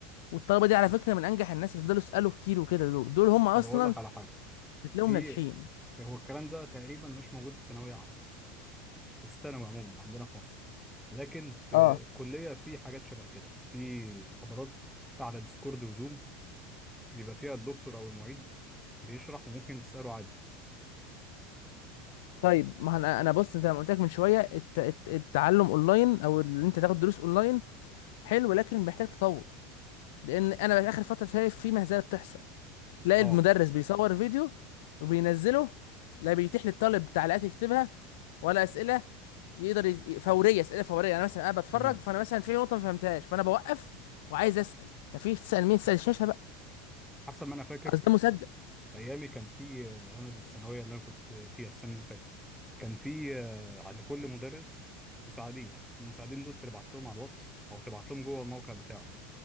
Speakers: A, on the left; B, in the centre.
A: والطلبه دي على فكره من انجح الناس اللي فضلوا يسالوا كتير وكده دول دول هم اصلا
B: طب اقول لك على حاجه
A: بتلاقيهم
B: في
A: ناجحين
B: هو الكلام ده تقريبا مش موجود في الثانويه عامه في الثانوي عموما عندنا في مصر لكن في
A: اه
B: الكليه في حاجات شبه كده في محاضرات على ديسكورد وزوم بيبقى فيها الدكتور او المعيد بيشرح وممكن تساله عادي
A: طيب ما انا انا بص زي ما قلت لك من شويه الت- الت- التعلم اونلاين او اللي انت تاخد دروس اونلاين حلو لكن محتاج تطور لان انا بقى اخر فتره شايف في مهزله بتحصل تلاقي
B: اه
A: المدرس بيصور فيديو وبينزله لا بيتيح للطالب تعليقات يكتبها ولا اسئله يقدر يز... فوريه اسئله فوريه انا مثلا انا بتفرج
B: تمام
A: فانا مثلا في نقطه ما فهمتهاش فانا بوقف وعايز اسال مفيش تسال مين تسال الشاشه بقى
B: حسب ما انا فاكر
A: اصل ده مسجل
B: ايامي كان في انا الثانويه اللي انا كنت فيها السنه اللي فاتت كان في آه، على كل مدرس مساعدين المساعدين دول تبعت لهم على الواتس او تبعت لهم جوه الموقع بتاعه